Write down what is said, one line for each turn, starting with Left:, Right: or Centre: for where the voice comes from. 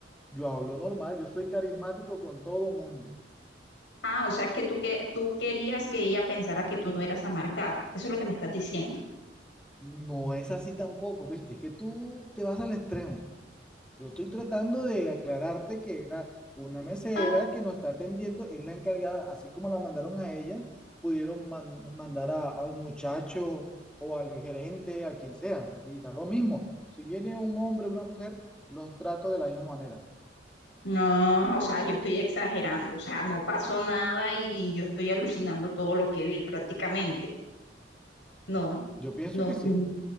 Centre: Yo hablo normal, yo soy carismático con todo mundo.
Left: Ah, o sea que tú, que tú querías que ella pensara que tú no eras amargado. Eso es lo que me estás diciendo.
Centre: No es así tampoco, ¿viste? Es que tú te vas al extremo. Yo estoy tratando de aclararte que era una mesera
Left: Ah,
Centre: que nos está atendiendo, es la encargada, así como la mandaron a ella, pudieron man- mandar a- al muchacho o al gerente, a quien sea, y da lo mismo. Si viene un hombre o una mujer, los trato de la misma manera.
Left: No, o sea, yo estoy exagerando. O sea, no pasó nada y yo estoy alucinando todo lo que vi prácticamente. No,
Centre: Yo pienso
Left: no,
Centre: que
Left: yo
Centre: sí.
Left: no